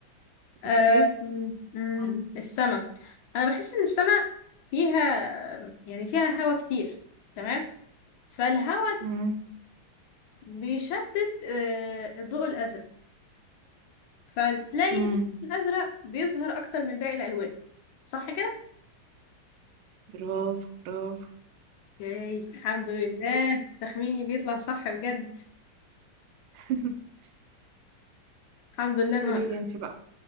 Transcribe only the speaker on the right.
أوكي،
إمم،
إمم،
برافو، برافو،
شطورة.
<laughs>
قولي
لي أنتِ بقى.